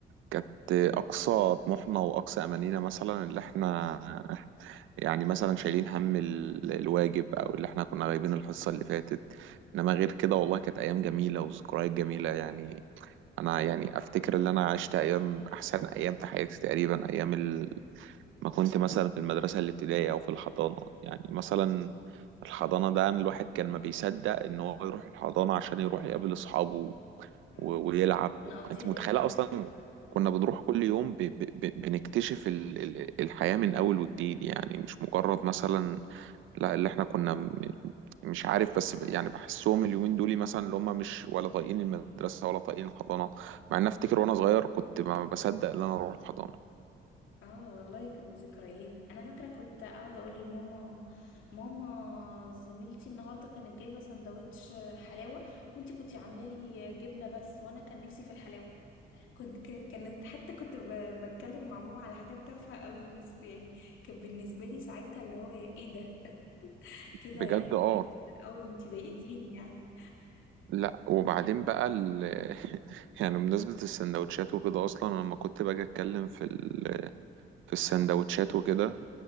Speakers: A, on the right; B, on the left.
A: كانت اقصى طموحنا واقصى امانينا مثلا اللي احنا يعني مثلا شايلين هم ال- الواجب او اللي احنا كنا غايبين الحصه اللي فاتت انما غير كده والله كانت ايام جميله وذكريات جميله يعني انا يعني افتكر ان انا عشت ايام احسن ايام في حياتي تقريبا ايام ال... ما كنت مثلا في المدرسه الابتدائيه او في الحضانه يعني مثلا الحضانة ده أنا الواحد كان ما بيصدق إن هو يروح الحضانة عشان يروح يقابل أصحابه
B: اه
A: و- ويلعب
B: بنقضيها
A: أنت متخيلة
B: لعب
A: أصلا كنا بنروح كل يوم ب... ب... ب... بنكتشف ال... ال- الحياة من أول وجديد يعني مش مجرد مثلا لا اللي إحنا كنا م- مش عارف بس ب... يعني بحسهم اليومين دول مثلا اللي هم مش ولا طايقين المدرسة ولا طايقين الحضانة مع إن أفتكر وأنا صغير كنت ما بصدق إن أنا أروح الحضانة
B: اه والله كان ذكريات انا فاكره كنت اقعد اقول لماما ماما زميلتي النهارده كانت جايبه سندوتش حلاوه وانتي كنتي عامله لي جبنه بس وانا كان نفسي في الحلاوه كنت ك- كانت حتى كنت ب- بتكلم مع ماما على حاجات تافهه قوي بس يعني كان بالنسبه لي ساعتها اللي هو ايه إيه ده <laughs> كده
A: بجد
B: يعني
A: أه
B: اه انتي ضايقتيني يعني
A: لا وبعدين بقى ال... <laughs> يعني بمناسبة السندوتشات وكده أصلا أنا لما كنت باجي أتكلم في ال... في السندوتشات وكده